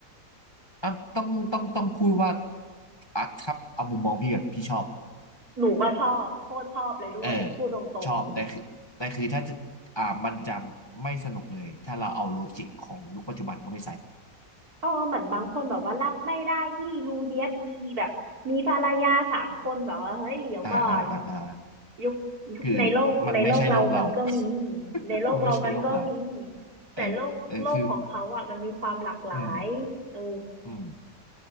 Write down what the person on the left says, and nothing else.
อ่ะต้องต้องต้องพูดว่าอ่ะครับเอามุมมองพี่กันพี่ชอบ
เออชอบแต่คือแต่คือถ้าจะอ่ามันจะไม่สนุกเลยถ้าเราเอาโลจิกของยุคปัจจุบันเข้าไปใส่
อ่าอ่าอ่าอ่า
คือมันไม่ใช่โลกเรา <laughs>
มันไม่ใช่โลกเรา
เออเออคือ อืมอืม